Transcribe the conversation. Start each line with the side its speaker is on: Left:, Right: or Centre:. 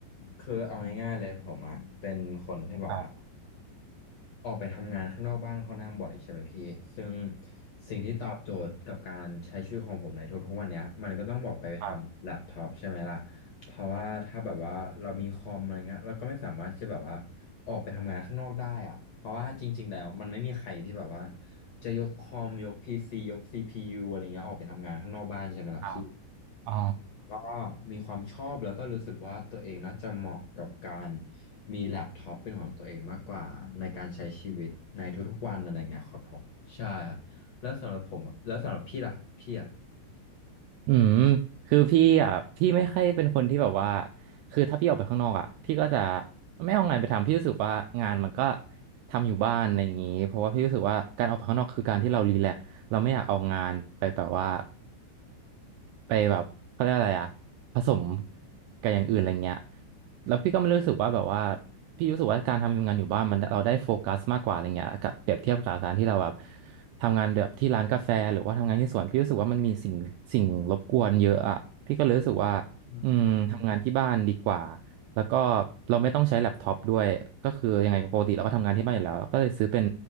Left: คือเอาง่ายๆเลยผมอ่ะเป็นคนที่แบบว่า
Right: ครับ
Left: ออกไปทำงานข้างนอกบ้านค่อนข้างบ่อยใช่ไหมพี่ ซึ่งสิ่งที่ตอบโจทย์กับการใช้ชีวิตของผมในทุกๆวันเนี้ยมันก็ต้องบอกไปทางแล็ปท็อปใช่ไหมล่ะ
Right: ครับ
Left: เพราะว่าถ้าแบบว่าเรามีคอมอะไรเงี้ยเราก็ไม่สามารถที่จะแบบว่าออกไปทำงานข้างนอกได้อ่ะเพราะว่าจริงๆแล้วมันไม่มีใครที่แบบว่าจะยกคอมยกพีซียกซีพียูอะไรเงี้ยออกไปทำงานข้างนอกบ้านใช่ไหมล่ะพี่
Right: ครับอ๋อ
Left: ก็มีความชอบแล้วก็รู้สึกว่าตัวเองน่าจะเหมาะกับการมีแล็ปท็อปเป็นของตัวเองมากกว่าในการใช้ชีวิตในทุกๆวันอะไรเงี้ยครับผมใช่ครับแล้วสำหรับผมอะแล้วสำหรับพี่ล่ะพี่อ่ะ
Right: อืมคือพี่อ่ะพี่ไม่ค่อยเป็นคนที่แบบว่าคือถ้าพี่ออกไปข้างนอกอ่ะพี่ก็จะไม่เอางานไปทำพี่รู้สึกว่างานมันก็ทำอยู่บ้านอะไรอย่างนี้เพราะว่าพี่รู้สึกว่าการออกไปข้างนอกคือการที่เรารีแลกซ์เราไม่อยากเอางานไปแบบว่า ไปแบบเขาเรียกอะไรอะผสมกับอย่างอื่นอะไรเงี้ยแล้วพี่ก็ไม่รู้สึกว่าแบบว่าพี่รู้สึกว่าการทำงานอยู่บ้านมันเราได้โฟกัสมากกว่าอะไรเงี้ยกับเปรียบเทียบกับการที่เราแบบทำงานแบบที่ร้านกาแฟหรือว่าทำงานที่สวนพี่รู้สึกว่ามันมีสิ่งสิ่งรบกวนเยอะอะพี่ก็เลยรู้สึกว่า
Left: อื
Right: อืมทำงานที่บ้านดีกว่าแล้วก็เราไม่ต้องใช้แล็ปท็อปด้วยก็คือยังไงปกติเราก็ทำงานที่บ้านอยู่แล้วก็เลยซื้อเป็น